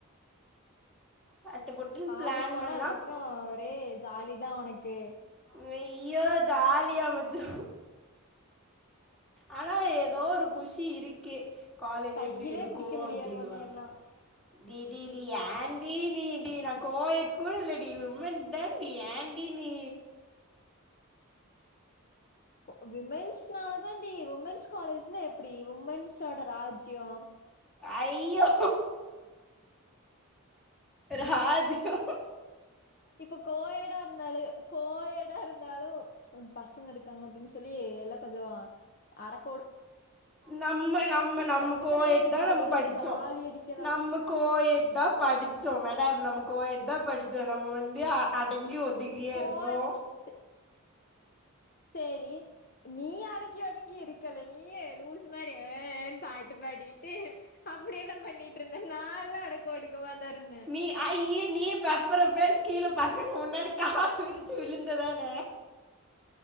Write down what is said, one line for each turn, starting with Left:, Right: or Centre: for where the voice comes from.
Centre: சட்டு போட்டுன்னு
Left: காலேஜ்
Centre: பிளான்
Left: போனா
Centre: பண்ணால்
Left: அதுக்கப்புற ஒரே ஜாலி தா ஒனக் கு
Centre: வெய்யோ ஜாலியா மச்ச ஆனா ஏதோ ஒரு குஷி இருக்கு காலேஜ்
Left: கையிலயே
Centre: எப்படி இருக்கும்
Left: புடிக்க முடியாது
Centre: அப்படின்லாம்
Left: உன்னய எல்லா
Centre: டி டி டி ஏண்டி நீ டி கோயட் கூட இல்லடி உமன்ஸ் தாண்டி ஏண்டி நீ
Left: ஒ உமன்ஸ்னாலதான்டி உமன்ஸ் காலேஜ்னா எப்டி உமன்ஸோட ராஜ்யொ
Centre: ஐயோ ராஜ்யொ
Left: இப்ப கோயடா இருந்தாலு கோயடா இருந்தாலு பசங்க இருக்காங்க அப்டின் சொல்லி எல்லா கொஞ்சொ அடக்
Centre: நம்ம நம்ம நம்ம
Left: பிரச்சனையே
Centre: கோயேட்தா
Left: இருக்காது
Centre: நம்ம படிச்சோ
Left: ஜாலி அடிக்கலா
Centre: நம்ம கோயெ ட்தா படிச்சோ மேடம் நம்ம கோயட்தா படிச்சோ நம்ம வந்து அட ங்கி ஒதுங்கியா
Left: கோய
Centre: இருந்தோ
Left: சே சேரி நீ அடங்கி வதங்கி இருக் கல நீ லூசு மாரி ஏ ஏன்ட்டு பாட்டு பாடிட்டு அப்டியெல்லா பண்ணிட்ருந்த நால்லா அடக்கொ ஒடுக்கமாதா இருந்தே
Centre: நீ ஐயே நீ பெப்பறப்பேன் கீழ பசங்க முன்னாடி கால் விரிச்சு விழுந்ததான